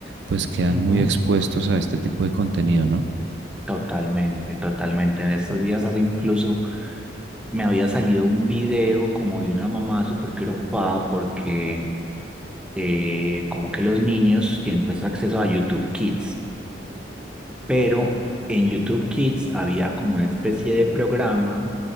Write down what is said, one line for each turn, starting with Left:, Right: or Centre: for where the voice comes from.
Right: pues quedan
Centre: Ujú.
Right: muy expuestos a este tipo de contenido, ¿no?
Centre: Totalmente, totalmente. En estos días hace incluso me había salido un video como de una mamá súper preocupada porque eh, como que los niños tienen pues acceso a YouTube Kids. Pero en YouTube Kids había como una especie de programa